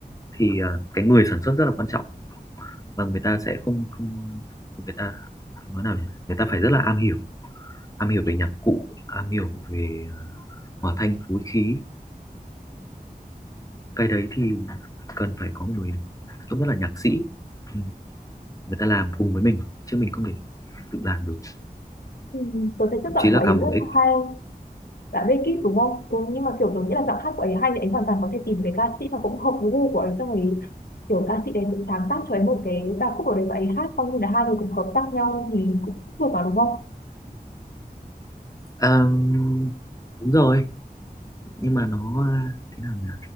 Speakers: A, on the left; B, on the left.
A: thì à, cái người sản xuất rất là quan trọng và người ta sẽ không, không người ta nói nào nhỉ? người ta phải rất là am hiểu am hiểu về nhạc cụ am hiểu về ờ, hòa thanh phối khí cái đấy thì cần phải có người trông rất là nhạc sĩ ừ, người ta làm cùng với mình chứ mình không thể tự làm được
B: Ừ, tớ thấy chất
A: thậm
B: giọng
A: chí là
B: của ấy
A: cả
B: rất
A: một ích
B: hay dạ Beckett đúng không ừ, nhưng mà kiểu tôi nghĩ là giọng hát của ấy hay thì ấy hoàn toàn có thể tìm cái ca sĩ mà cũng hợp với gu của ấy xong rồi kiểu ca sĩ đấy cũng sáng tác cho ấy một cái ca khúc ở đấy và ấy hát coi như là hai người cùng hợp tác nhau thì cũng được mà đúng không
A: Ờm, đúng rồi nhưng mà nó à, thế nào nhỉ